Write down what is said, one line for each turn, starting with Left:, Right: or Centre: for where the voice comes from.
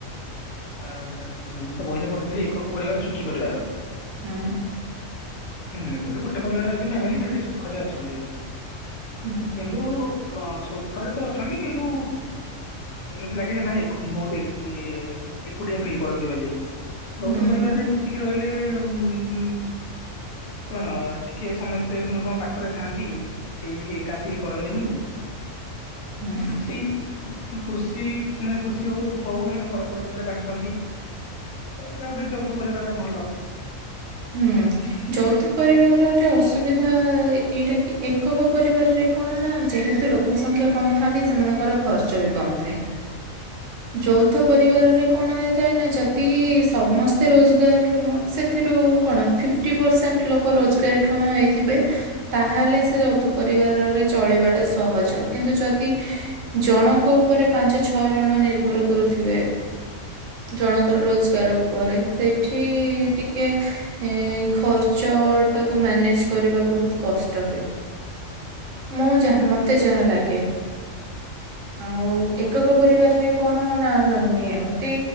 Left: ଆ ଦେଖୁନ ମୁଁ ତ ବହିରେ ପଢ଼ିଥିଲି ଏକକ ପରିବାର ସୁଖୀ ପରିବାର।
Right: ହୁଁ।
Left: ହୁଁ ଯଦି ଗୋଟେ ପରିବାର ଅଛି ଫ୍ୟାମିଲି ସେଠି ସୁଖରେ ଅଛନ୍ତି
Right: ହୁଁ
Left: କିନ୍ତୁ ଅ ଶୁଖରେ ତ ଅଛନ୍ତି କିନ୍ତୁ ଉଁ ମତେ ଲାଗେ ହେମାନେ ଏକୁ ବୋହୁତ ଏକି ଏକୁଟିଆ ଫିଲ୍ କରନ୍ତି ବୋଲି।
Right: ହୁଁ
Left: ବୌଥ ପରିବାରରେ ମିଶିକି ରହିଲେ ଉଁ ଉଁ କଣ ଟିକେ ସମସ୍ତେ ସମସ୍ତଙ୍କ ପାଖରେ ଥାଆନ୍ତି କେହି ଟିକେ ଏକା ଫିଲ୍ କରନ୍ତିନି‌।
Right: ହୁଁ
Left: ସି ନୁ ଖୁସି ମାନେ ଖୁସି ହଉ ଦୁଃଖ ହଉ ହେମାନେ ପରସ୍ପର ଭିତରେ ବାଣ୍ଟନ୍ତି। ତ ଏଇଟା ଗୋଟେ ଯୌଥ ପରିବାରର ଭଲ।
Right: ହୁଁ ଯଉଥ ପରିବାରରେ ଅସୁ ଏଇଟା ଏଇଟାକି ଏକକ ପରିବାରରେ କଣ ନା ଯେହେତୁ ଲୋକ ସଂଖ୍ୟା କମ ଥାନ୍ତି ସେମାନଙ୍କର ଖର୍ଚ୍ଚ ବି କମ ଥାଏ। ଯୌଥ ପରିବାରରେ କଣ ହେଇଥାଏ ନା ଯଦି ସମସ୍ତେ ରୋଜଗାର କ୍ଷମ ସେଥିରୁ କଣ ଫିଫ୍ଟି ପରସେଣ୍ଟ ଲୋକ ରୋଜଗାରକ୍ଷମ ହେଇଥିବେ ତାହେଲେ ସେ ଯୌଥ ପରିବାରରେ ଚଳିବାଟା ସହଜ କିନ୍ତୁ ଯଦି ଜଣଙ୍କ ଉପରେ ପାଞ୍ଚ ଛଅ ଜଣ ନିର୍ଭର କରୁ ଥିବେ ଜଣଙ୍କର
Left: ହୁଁ।
Right: ରୋଜଗାର ଉପରେ ସେଠି ଟିକେ ଏ ଖର୍ଚ୍ଚ ଟାକୁ ମ୍ୟାନେଜ କରିବା ବହୁତ କଷ୍ଟ ହୁଏ। ମୁଁ ଯାହା ମତେ ଯାହା ଲାଗେ ଆଉ ଏକକ ପରିବାରରେ କଣ ନା ନିହାତି